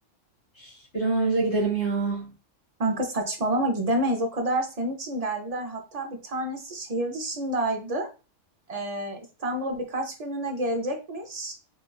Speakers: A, on the left; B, on the right.
A: Üf, Bir an önce gidelim ya.
B: Kanka saçmalama gidemeyiz o kadar senin için geldiler hatta bir tanesi şehir dışındaydı Ee, İstanbul'a birkaç günlüğüne gelecekmiş